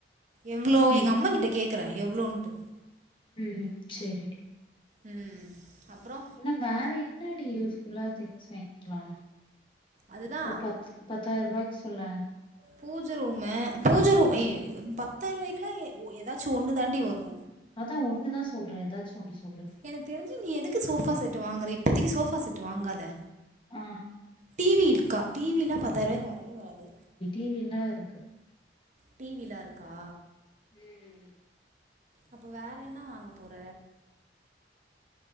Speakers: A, on the right; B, on the left.
A: எவ்ளோ
B: ம்
A: எங்க அம்மா கிட்ட கேக்கறே எவ்ளோன்ட்டு
B: ம் செரிடி
A: ம் அப்றோ
B: இன்னம் வேற என்னாடி யூஸ் ஃபுல்லா திங்ஸ் வாய்ங்க்லா
A: அதுதான்
B: ஒக் பத்து பத்தாயிரபாய்க்கு சொல்லே
A: பூஜ ரூமு பூஜ ரூம் ஏ பத்தாயிரெ ரூபாய்க்குலா ஏதாச்சு ஒன்னு தாண்டி வரூ
B: அதா ஒண்ணுதா சொல்றே ஏதாச்செ ஒன்னு சொல்லு
A: எனக்கு தெரிஞ்சு நீ எதுக்கு சோஃபா செட்டு வாங்குற இப்போதக்கி சோஃபா செட்டு வாங்காத
B: ஆ
A: டிவி இருக்கா டிவிலா பத்தாயிரூவாய்க்கு வரவே வராது
B: டிவிலன்னாருக்
A: டிவிலாருக்கா
B: ம்
A: அப்போ வேற என்ன வாங்க போற